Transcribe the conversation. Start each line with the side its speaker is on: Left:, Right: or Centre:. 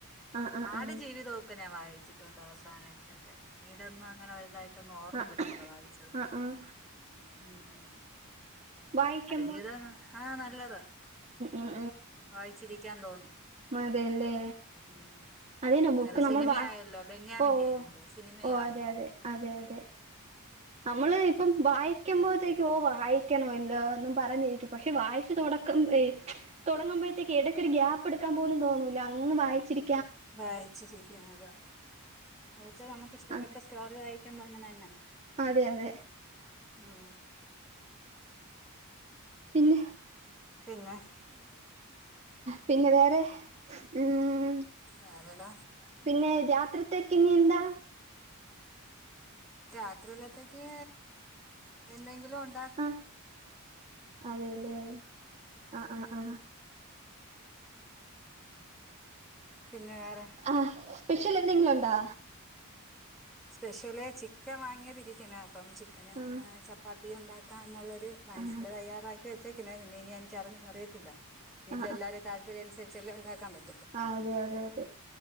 Right: ആഹ് ആഹ്
Centre: ആട്
Right: ആഹ്
Centre: ജീവിതോക്കെ ഞാൻ വായിച്ചിട്ടുണ്ട് അവസാനട്ടൊക്കെ പിന്നീടൊന്നു അങ്ങനെ വെൽതായി ട്ടൊന്നും ഓർമും
Right: ആഹ്
Centre: വരുന്നില്ല വായിച്ചത്
Right: ആഹ് ആഹ്
Centre: മ്മ്ഹ്
Right: വായിക്യും
Centre: ജീത ആ നല്ലതാ
Right: ഉം
Centre: വായിച്ചിരിക്കാൻ തോന്നും.
Right: മതേല്ലേ
Centre: ഉം
Right: അതെ നമ്മുക്ക്
Centre: അത്
Right: നമ്മൾ.
Centre: സിനിമയായല്ലോ
Right: വാ.
Centre: ബെന്യാമിന്റെ
Right: ഓ ഓ
Centre: ആയിരുന്നില്ലേ സിനിമയും
Right: ഓ
Centre: ആയല്ലോ
Right: അതെ, അതെ, അതെ, അതെ.. നമ്മള് ഇപ്പം വായിക്കുമ്പോഴത്തേക്കും. ഓ വായിക്കണല്ലോ. എന്നും പറഞ്ഞിരിക്കും പഷേ വായിച്തോ തും ഏഹ് തുടങ്ങുമ്പോഴത്തേക്ക് ഇടക്കൊരു ഗ്യപ്പ്‌ എടുക്കാൻ പോലും തോന്നൂല്ല അങ്ങ് വായിച്ചിരി
Centre: വായിച്ചിരിക്കണം അതാ എന്ന് വച്ചാ നമുക്ക് ഇഷ്ടപ്പെട്ട
Right: അ
Centre: സ്റ്റോറി വായിക്കുമ്പോ അങ്ങനെന്നാ
Right: അതെ അതെ
Centre: ഉം
Right: പിന്നെ
Centre: പിന്നെ
Right: പിന്നെ വേറെ ഉം
Centre: വേറെടാ
Right: പിന്നെ രാത്രിത്തെക്കിന്നിനി എന്താ
Centre: രാത്രിയിലത്തേക്ക് എന്തെങ്കിലും ഉ
Right: ആഹ് അതല്ലേ ആഹ് ആഹ് ആഹ്
Centre: പിന്നെ വേറെ
Right: ആഹ് സ്പെഷ്യലെന്തെങ്കിലും ഉണ്ടോ
Centre: സ്പെഷ്യല് ചിക്കൻ വാങ്ങിയതിരിക്ക്ണെ അപ്പം ചിക്കനും
Right: ആ
Centre: ചപ്പാത്തിയും ഉണ്ടാക്കാന്നുള്ള ട് മനസ്ല്
Right: ആ
Centre: തയ്യാറാക്കി വെച്ചേക്കന്ന് പിന്നെ ഇനി എനിക്ക് അറിയത്തില്ല വീട്ടില്
Right: ആ
Centre: എല്ലാരും താ അതിനനുസരിച്ചല്ലേ ഉണ്ടാക്കാൻ പറ്റു
Right: ആഹ് അതെ അതെ അതെ